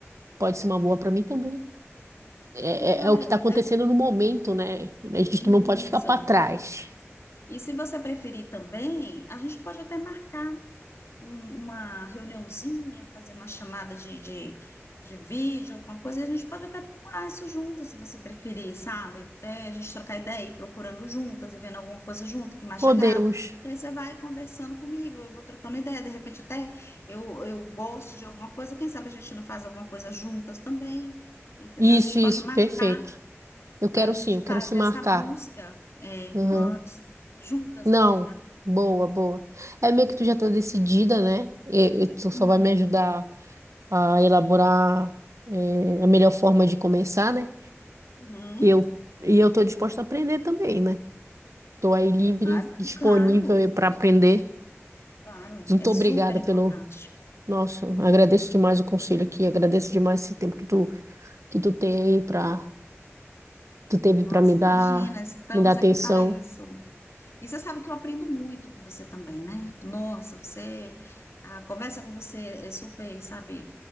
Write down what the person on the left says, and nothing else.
Então,
é, é
isso.
E se você preferir também, a gente pode até marcar. um- uma reuniãozinha, fazer uma chamada de, de, de vídeo, alguma coisa, e a gente pode até procurar isso juntas, se você preferir, sabe? Até a gente trocar ideia e ir procurando juntas e vendo alguma coisa junto que mais
te agrada. Que aí você vai conversando comigo, eu vou trocando ideia, de repente até eu, eu gosto de alguma coisa, quem sabe a gente não faz alguma coisa juntas também, entendeu?
A gente pode
marcar
para a gente
fazer
essa busca é,
juntas,
na verdade.
Sim.
Sim.
Uhum,
claro,
claro.
Claro,
é super
importante.
Nossa,
imagina, estamos
aqui para isso. E você sabe que eu aprendo muito com você também, né? Nossa, você, a conversa com você é super, sabe,